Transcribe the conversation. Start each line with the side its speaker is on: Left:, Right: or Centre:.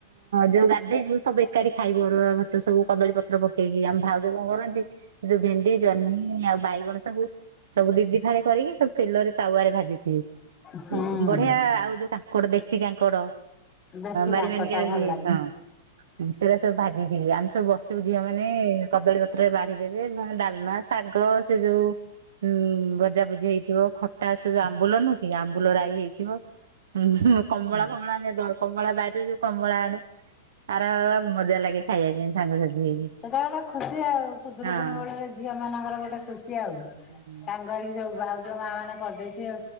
Right: ଯୋଉ ଗାଧୋଇ ଯିବୁ ସବୁ ଏକାଠି ଖାଇବୁ ସବୁ ଅରୁଆ ଭାତ ସବୁ କଦଳୀ ପତ୍ର ପକେଇକି ଆମେ ଭାଉ ନୋ କରନ୍ତି ଏ ଯୋଉ ଭେଣ୍ଡି, ଜହ୍ନି ଆଉ ବାଇଗଣ ସବୁ ସବୁ ଦି, ଦି ଫାଳି କରିକି ସବୁ ତେଲରେ ତାୱା ରେ ଭାଜିଥିବେ
Left: ହୁଁ
Right: ବଢିଆ ଆଉ ଯୋଉ କୋଉଟା ଦେଶୀ କାଙ୍କଡ
Left: ଦେଶୀ
Right: ବାରି
Left: କାଙ୍କଟା
Right: ମାନିକାରେ
Left: ଭଲ
Right: ହୁଏ
Left: ଲାଗେ
Right: ହୁଁ। ସେରା ସବୁ ଭାଜିଯିବେ ଆମେ ସବୁ ବସିବୁ ଝିଅ ମାନେ କଦଳୀ ପତ୍ରରେ ବାଢି ଦେବେ ନେହେଲେ ଡାଲମା ଶାଗ ସେ ଯୋଉ ଉୁଁ ଭଜା ଭୁଜି ହେଇଥିବ ଖଟା ସେ ଯୋଉ ଆମ୍ବୁଲ ନୁ ହଁ କି ଆମ୍ବୁଲ ରାଇ ହେଇଥିବ। ହୁଁ କମଳା, କମଳା, କମଳା ବାରିରୁ ଯୋଉ କମଳା ଆଣୁ। ଆର ମଜା ଲାଗେ ଖାଇବା ପାଇଁ ସାଙ୍ଗ ସାଥି ହେଇକି।
Left: ସେତେଳେ ଗୋଟେ ଖୁସି ଆଉ ଖୁଦୁରୁକୁୁଣୀ
Right: ହଁ।
Left: ବେଳେ ଝିଅ ମାନଙ୍କର ଗୋଟେ ଖୁସି ଆଉ।
Right: ହୁଁ।
Left: ସାଙ୍ଗ ହେଇକି ସବୁ ଭାଉଜ ମା ମାନେ କରିଦେଇଥିବ